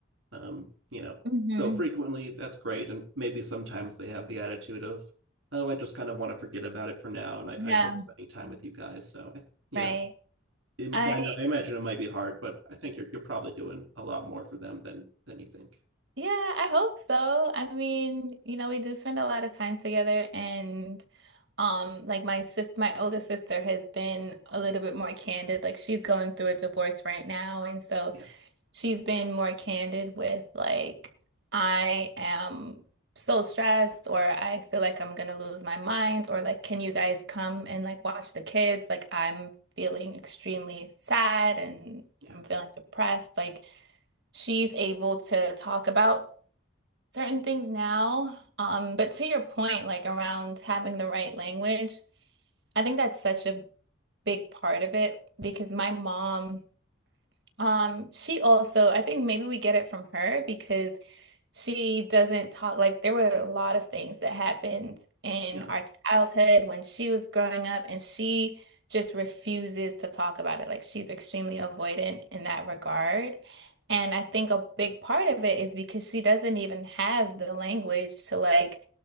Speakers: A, on the right; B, on the right.
A: um you know
B: hmm
A: so frequently that's great and maybe sometimes they have the attitude of oh i just kind of want to forget about it for now and i,
B: Yeah,
A: I love spending time with you guys so I you
B: right.
A: know im-
B: I
A: I know, I imagine it might be hard, but I think you're you're probably doing a lot more for them than than you think.
B: yeah, I hope so. I mean, you know, we do spend a lot of time together and um like my sis my older sister has been a little bit more candid. Like she's going through a divorce right now and so
A: Yeah,
B: she's been more candid with like I am so stressed or I feel like I'm gonna lose my mind or like can you guys come and like watch the kids? Like I'm feeling extremely sad and
A: yeah,
B: I'm feeling depressed. Like she's able to talk about certain things now. Um, but to your point, like around having the right language, I think that's such a big part of it because my mom um, she also, I think maybe we get it from her because she doesn't talk like there were a lot of things that happened in
A: yeah.
B: our childhood when she was growing up, and she just refuses to talk about it. Like she's extremely avoidant in that regard. And I think a big part of it is because she doesn't even have the language to like